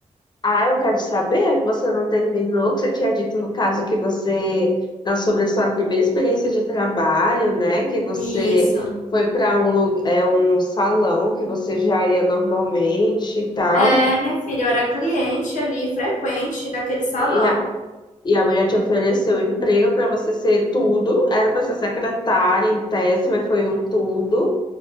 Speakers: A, on the left; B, on the left.
A: Ah, eu quero saber que você não terminou, que você tinha dito no caso que você, na- sobre a sua primeira experiência de trabalho, né? Que você
B: Isso.
A: foi para um, lu- é, um salão que você já ia normalmente e tal.
B: É, minha filha, eu era cliente ali, frequente daquele
A: E
B: salão.
A: a, e a mulher te ofereceu emprego para você ser tudo. Era para ser secretária em tese, mas foi um tudo